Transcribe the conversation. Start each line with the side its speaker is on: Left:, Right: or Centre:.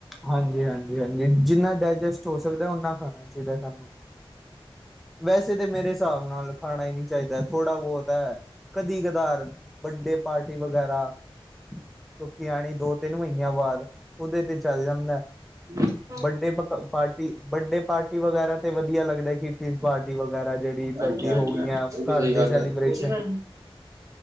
Centre: ਹਾਂਜੀ- ਹਾਂਜੀ- ਹਾਂਜੀ ਜਿੰਨਾ ਡਾਇਜਸਟ ਹੋ ਸਕਦਾ ਓਨਾ ਖਾਣਾ ਚਾਹੀਦਾ ਸਾਨੂੰ। ਵੈਸੇ ਤੇ ਮੇਰੇ ਹਿਸਾਬ ਨਾਲ ਖਾਣਾ ਹੀ ਨਹੀਂ ਚਾਹੀਦਾ ਥੋੜ੍ਹਾ ਬਹੁਤ ਹੈ ਕਦੀ ਕਧਾਰ ਵਡ। ਤੇ ਪਾਰਟੀ ਵਗੈਰਾ ਕਿਉਂ ਕਿ ਆਣੀ ਦੋ ਤਿੰਨ ਮਹੀਨਿਆਂ ਬਾਅਦ ਉਹਦੇ ਤੇ ਚੱਲ ਜਾਂਦਾ।
Right: ਹਮ <unintelligible>
Centre: ਬਰਥਡੇ ਪਾਰਟੀ ਬਰਥਡੇ ਪਾਰਟੀ ਵਗੈਰਾ ਤੇ ਵਧੀਆ ਲੱਗਦਾ ਕਿੱਟੀ ਪਾਰਟੀ ਵਗੈਰਾ ਜਿਹੜੀ। ਤੁਹਾਡੀ
Right: ਹਾਂਜੀ -ਹਾਂਜੀ
Centre: ਹੋ ਗਈਆਂ
Right: -ਹਾਂਜੀ ਉਹ ਵੀ
Centre: ਘਰ
Right: ਸਹੀ ਗੱਲ
Centre: ਦੇ ਸੈਲੀਬ੍ਰੇਸ਼ਨ
Right: ਹੈ। ਕੋਸ਼ਿਕ ਹੈ।